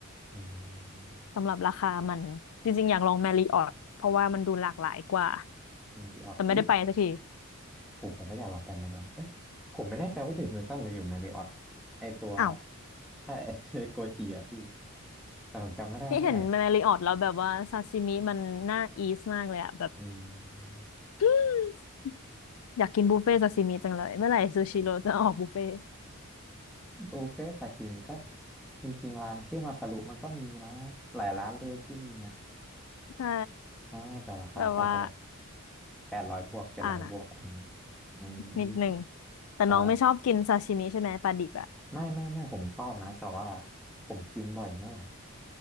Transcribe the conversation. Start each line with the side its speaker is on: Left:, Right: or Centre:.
Centre: อืม
Left: สำหรับราคามันจริงๆอยากลองแมริออทเพราะว่ามันดูหลากหลายกว่า
Centre: แมริออตอุ้ย
Left: แต่ไม่ได้ไปสักที
Centre: ผมผมก็อยากลองไปไมดอนเอ้ยผมไม่แน่ใจว่าอยู่ฮิลตันหรืออยู่แมริออตไอตัว
Left: อ้าว
Centre: ใช่ <laughs> ไอโกจิอะพี่ แต่ผมจำไม่ได้ว่าเท่าไหร่
Left: พี่เห็นแมรี่ออตแล้วแบบว่าซาซิมิมันน่าอีสมากเลยอะแบบ
Centre: อืม
Left: <gasps> อยากกินบุฟเฟ่ต์ซาซิมิจังเลยเมื่อไหร่ซูชิโร่จะออกบุฟเฟ่ต์
Centre: บุฟเฟ่ต์ซาชิมิก็จริงๆร้านชื่อมาซารุมันก็มีนะหลายร้านเลยที่มีอ่ะ
Left: ใช่
Centre: ใช่แต่ราคาก็จะแบบ
Left: แบบว่า
Centre: แปดร้อยบวกเจ็ดร้อยบวกอะไรอย่างนี้อืม
Left: อ่านะนิดหนึ่งแต่น้องไม่ชอบกินซาชิมิใช่ไหมปลาดิบอะ
Centre: ใช่ไม่ไม่ไม่ผมชอบนะ แต่ว่าผมกินบ่อยไม่ไหว